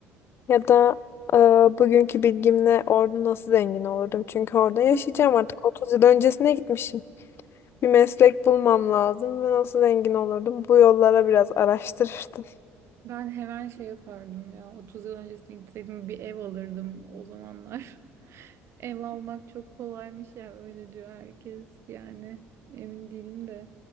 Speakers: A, on the left; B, on the right.
A: Ya da e, bugünkü bilgimle orada nasıl zengin olurdum? Çünkü orada yaşayacağım
B: <laughs>
A: artık 30 yıl öncesine gitmişim. Bir meslek bulmam lazım ve nasıl zengin olurdum? Bu yollara biraz araştırırdım.
B: Ben hemen şey yapardım
A: <laughs>
B: ya. 30 yıl öncesine gitseydim bir ev alırdım o zamanlar. Ev almak çok kolaymış ya öyle diyor herkes yani emin değilim de